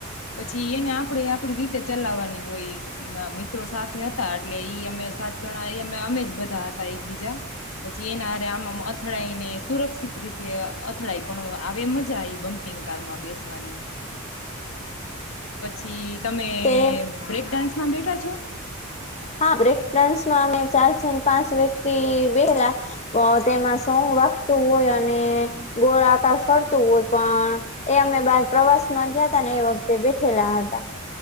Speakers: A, on the left; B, on the left.
A: પછી એને આપણે આપડી રીતે ચલાવવાની હોય મિત્રો સાથે હતા એટલે ઈ અમે સાત જણા એ અમે અમે જ બધા હતા એક બીજા પછી એના આમમ અથડાાયને સુરક્ષિત રીતે અથડાય પણ આવે મજા આવી બમ્પિંગ કારમાં બેસવાની પછી તમે
B: તે
A: બ્રેક ડાન્સ માં બેઠા છો?
B: હા બ્રેકન્સમાં અમે ચાર પાંચ વ્યક્તિ બેલા તેમાં સોંગ વાગતું હોય અને ગોળ આકાર ફરતું હોય પણ એ અમે બાર પ્રવાસ માં ગયા હતા ને એ વખતે બેઠેલા હતા.